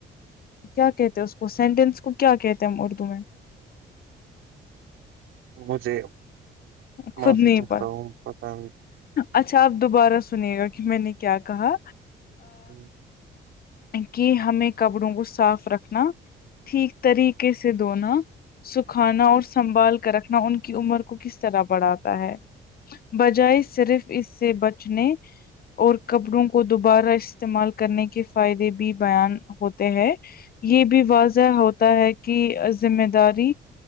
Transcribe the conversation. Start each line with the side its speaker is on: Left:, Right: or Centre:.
Left: کیا کہتے ہیں اس کو سینٹینس کو کیا کہتے ہیں ہم اردو میں
Right: مجھے
Left: خود
Right: معافی
Left: نہیں
Right: چاہتا
Left: پڑ
Right: ہوں پتا
Left: اچھا آپ دوبارہ سنیے گا کہ میں نے کیا کہا
Right: ہوں،
Left: کہ ہمیں کپڑوں کو صاف رکھنا ٹھیک طریقے سے دھونا سکھانا اور سنبھال کر رکھنا ان کی عمر کو کس طرح بڑھاتا ہے بجائے صرف اس سے بچنے اور کپڑوں کو دوبارہ استعمال کرنے کے فائدے بھی بیان ہوتے ہیں یہ بھی واضح ہوتا ہے کہ ذمہ داری